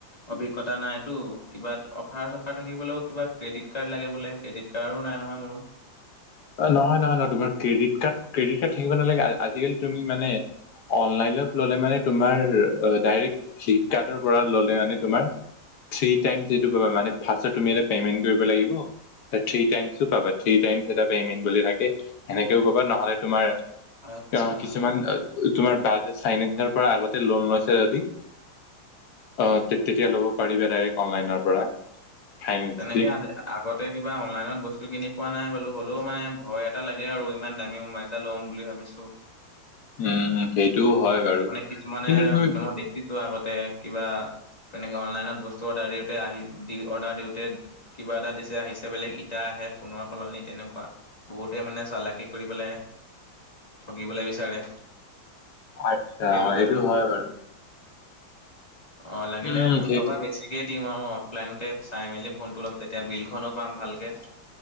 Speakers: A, on the left (about 20°); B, on the left (about 60°).
A: অভিজ্ঞতা নাইটো, কিবা অফাৰ চফাৰ থাকিবলৈও কিবা ক্ৰেডিট কাৰ্ড লাগে বোলে ক্ৰেডিট কাৰ্ডো নাই নহয় মোৰ।
B: অ' নহয়, নহয়, নহয় তোমাৰ ক্ৰেডিট কাৰ্ড, ক্ৰেডিট কাৰ্ড থাকিব নালাগে, আজিকালি তুমি মানে অনলাইনত ল'লে মানে তোমাৰ অ' ডাইৰেক্ট ফ্লিপকাৰ্টৰ পৰা ল'লে মানে তোমাৰ থ্ৰী টাইম যিটো কৰিবা, মানে ফাৰ্ষ্টে তুমি এটা পেমেণ্ট কৰিব লাগিব। থ্ৰী টাইমছো পাবা, থ্ৰী টাইমছ এটা পেমেণ্ট বুলি থাকে, সেনেকেও পাবা নহ'লে তোমাৰ,
A: আচ্ছা।
B: আহ, কিছুমান তোমাৰ বাজেজ ফাইনেন্সৰ পৰা আগতে লোন লৈছে যদি অ' তে-তেতিয়া ল'ব পাৰিবা ডাইৰেক্ট অনলাইনৰ পৰা। ফাইনেন্স
A: তেনেকে
B: দি
A: <unintelligible> আগতে কিবা অনলাইনত বস্তু কিনি পোৱা নাই বোলো হ'লেও মানে ভয় এটা লাগে আৰু ইমান দামী মোবাইল এটা ল'ম বুলি ভাবিছোঁ।
B: উম, সেইটোও
A: উম,
B: হয় বাৰু
A: মানে কিছুমানে
B: কিন্তু তুমি
A: মই দেখিছোঁ আগতে কিবা তেনেকে অনলাইনত বস্তু অৰ্ডাৰ দিওঁতে আহি দি অৰ্ডাৰ দিওঁতে কিবা এটা দিছে আহিছে বেলেগ ইটা আহে ফোনৰ সলনি তেনেকুৱা। বহুতে মানে চালাকি কৰিব পেলে, ঠগিবলৈ বিচাৰে।
B: আচ্ছা
A: সেইটো যাতে নহয়ক,
B: হয় বাৰু
A: অ' লাগিলে
B: উম,
A: দুটকা
B: সেইটো
A: বেছি। দিম আৰু অফলাইনতে চাই মেলি ফোনটো ল'ম তেতিয়া বিলখনো পাম ভালকে।